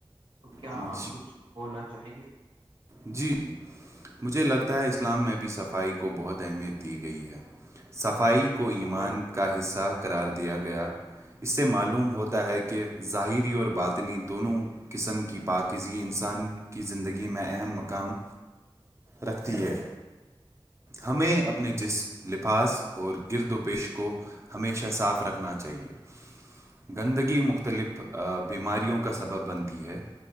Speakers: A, on the right; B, on the right.
A: تو کیا
B: جی
A: آپ کچھ بولنا چاہیں گے
B: جی جی مجھے لگتا ہے اسلام میں بھی صفائی کو بہت اہمیت دی گئی ہے صفائی کو ایمان
A: صفائی
B: کا حصہ قار دیا گیا اس سے معلوم ہوتا ہے کہ ظاہری اور باطنی دونوں قسم کی پاکیزگی انسان کی زندگی میں اہم کام رکھتی ہے ہمیں اپنے جسم لفاظ اور گرد و پیش کو ہمیشہ صاف رکھنا چاہیے گندگی مختلف بیماریوں کا سبب بنتی ہے